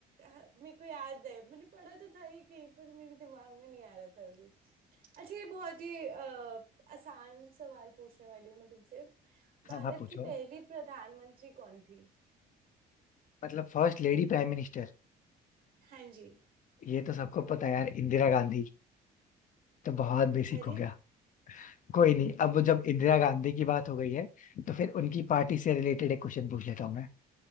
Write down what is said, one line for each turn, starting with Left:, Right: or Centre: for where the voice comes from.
Right: हाँ, मेरे को याद है मैंने पढ़ा तो था ही कहीं पर मेरे दिमाग में नहीं आ रहा था अभी अच्छा ये बहुत ही अ, आसान सवाल पूछने वाली हूँ मैं तुमसे भारत
Left: हाँ हाँ पूछो
Right: की पहली प्रधानमंत्री कौन थी
Left: मतलब फर्स्ट लेडी प्राइम मिनिस्टर
Right: हाँ जी
Left: ये तो सबको पता है यार इंदिरा गांधी तो बहुत बेसिक
Right: अरे
Left: हो गया कोई नहीं अब जब इंदिरा गांधी की बात हो गई है तो फिर उनकी पार्टी से रिलेटेड एक क्वेश्चन पूछ लेता हूँ मैं